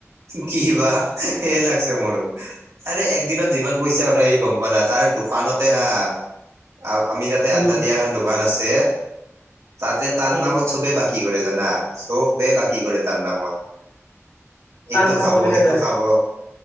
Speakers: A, on the right (about 70°); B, on the left (about 75°).
A: কিবা <unintelligible> সেয়ে লাগছে মোৰো। আৰে একদিনত যিমান পইচা ওলাই সি গম পোৱা নাই। তাৰ দোকানতে হা <inaudible> <unintelligible> আমি তাতে আড্ডা
B: উম,
A: দিয়া এখন দোকান আছে তাতে তাৰ
B: উম,
A: নামত চবেই বাকী কৰে জানা, চবে বাকী কৰে। <inaudible> তাৰ নামত।
B: তাৰ
A: এইটো
B: কথা
A: খাব,
B: কৈ কেনে
A: সেইটো
B: যায় আৰু
A: খাব। <unintelligible>